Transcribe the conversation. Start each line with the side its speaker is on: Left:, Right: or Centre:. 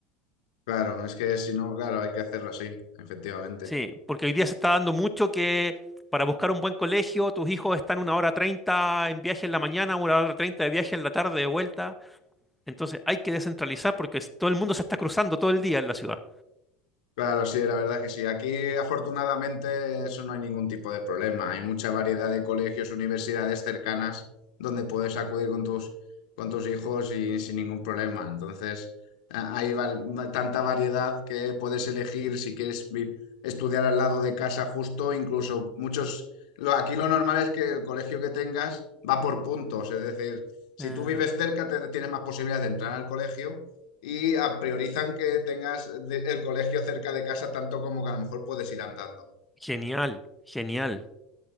Left: Claro, es que si no, claro, hay que hacerlo así, efectivamente.
Centre: Sí, porque hoy día se está dando mucho que para buscar un buen colegio, tus hijos están una hora treinta en viaje en la mañana, una hora treinta de viaje en la tarde de vuelta. Entonces hay que descentralizar porque es- todo el mundo se está cruzando todo el día en la ciudad.
Left: Claro, sí, la verdad es que sí. Aquí, afortunadamente, eso no hay ningún tipo de problema. Hay mucha variedad de colegios, universidades cercanas donde puedes acudir con tus, con tus hijos y sin ningún problema. Entonces, a- hay va- va- tanta variedad que puedes elegir si quieres vi- estudiar al lado de casa justo, incluso muchos... Lo, aquí lo normal es que el colegio que tengas va por puntos, es decir, si
Centre: Eh,
Left: tú vives cerca, te- tienes más posibilidades de entrar al colegio y ah, priorizan que tengas de- el colegio cerca de casa tanto como que a lo mejor puedes ir andando.
Centre: genial, genial,